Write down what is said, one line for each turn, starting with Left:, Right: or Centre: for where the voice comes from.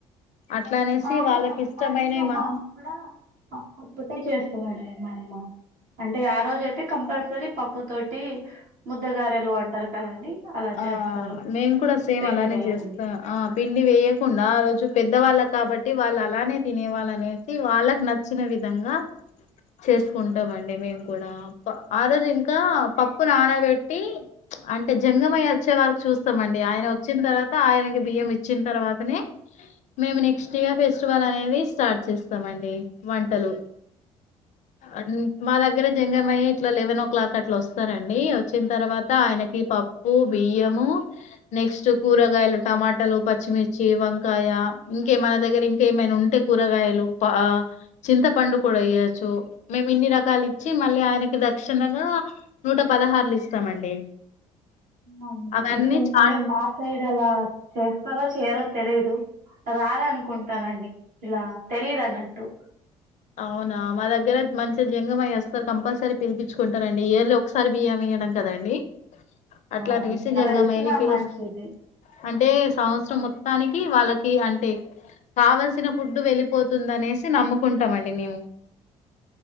Left: అట్లా అనేసి
Right: మా అమ్మ,
Left: వాళ్ళకి ఇష్టమైనవి
Right: మా ఇంట్లో మా అమ్మ కూడా పప్పు తోటి చేస్తాదాండి. మా అమ్మ అంటే ఆ రోజ అయితే కంపల్సరీ పప్పు పప్పు తోటి ముద్దగారెలు అంటారు కదండి అలా
Left: ఆ
Right: చేస్తారు
Left: మేం కూడా సేమ్
Right: పిండి
Left: అలానే
Right: వేయదండి
Left: చేస్తా. ఆ పిండి వేయకుండా ఆ రోజు పెద్ద వాళ్ళకి కాబట్టి వాళ్ళు అలానే తినే వాళ్ళు అనేసి, వాళ్ళకి నచ్చిన విధంగా చేసుకుంటామండి మేము. ఆ రోజు ఇంకా పప్పు నానబెట్టి అంటే జంగం బాపనయ్య వచ్చే వరకు చూస్తామండి. ఆయన వచ్చిన తర్వాత ఆయనకి బియ్యం ఇచ్చిన తర్వాతనే మేము నెక్స్ట్ ఇయర్ ఫెస్టివల్ అనేది స్టార్ట్ చేస్తామండి. వంటలు అ మా దగ్గర జంగమయ్య ఇట్లా లెవెన్ ఓ క్లాక్ అట్లా వస్తారండి వచ్చిన తర్వాత ఆయనకి పా బియ్యము నెక్స్ట్ కూరగాయలు టమాటాలు పచ్చిమిర్చి వంకాయ ఇంకే మన దగ్గర ఇంక ఏమైనా ఉంటే కూరగాయలు ప చింతపండు కూడా ఏయొచ్చు మేము ఇన్ని రకాలు ఇచ్చి మళ్ళీ ఆయనకి దక్షణగా నూట పదహారులు ఇస్తామండి
Right: ఏమో అండి
Left: అవన్నీ
Right: ఇది
Left: చాట్
Right: అంటే మా సైడ్ అలా చేస్తారో చేయరో తెలీదు రారనుకుంటానండి ఇలా తెలీదున్నట్టు
Left: అవునా మా దగ్గర మంచిగా జ్యంగం అయ్యేస్తారు కంపల్సరీ పిలిపించుకుంటారు అండి ఇయర్లీ ఒకసారి బియ్యం ఇయ్యడం కదండి అట్లాంటి
Right: అవునండి
Left: రిశీజంగా
Right: అలా ఇచ్చినా
Left: మని పిలుస్
Right: మంచిది
Left: అంటే సంవత్సరం మొత్తానికి వాళ్ళకి అంటే కావలసిన ఫుడ్ వెళ్ళిపోతుందనేసి నమ్ముకుం టమండి మేము